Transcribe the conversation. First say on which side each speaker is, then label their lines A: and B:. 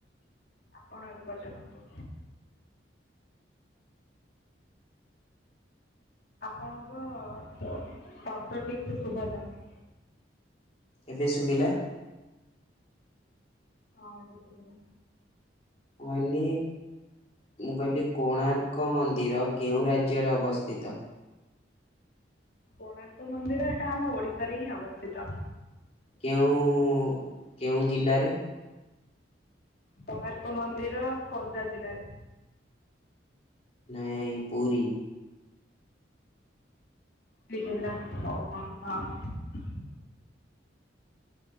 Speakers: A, on the left; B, on the left.
A: ଆପଣ ଏବେ ପଚାରନ୍ତୁ। ଆପଣଙ୍କ ସ ଶବ୍ଦ ଠିକସେ ଶୁଭାଯାଉନି।
B: ଏବେ ଶୁଭିଲା?
A: ହଁ ଏବେ ଶୁଭିଲା।
B: ଅନେକ ମୁଁ କହିଲି କୋଣାର୍କ ମନ୍ଦିର କେଉଁ ରାଜ୍ୟରେ ଅବସ୍ଥିତ?
A: କୋଣାର୍ଥ ମନ୍ଦିର ଏଇଟା ଆମ ଓଡିଶାରେ ହିଁ ଅବସ୍ଥିତ।
B: କେଉଁ କେଉଁ ଜିଲ୍ଲାରେ?
A: କୋଣାର୍କ ମନ୍ଦିର ଖୋର୍ଦ୍ଧା ଜିଲ୍ଲାରେ।
B: ନାଇଁ ପୁରୀ।
A: ପୁରୀ ଜିଲ୍ଲା ଓହୋ ହଁ।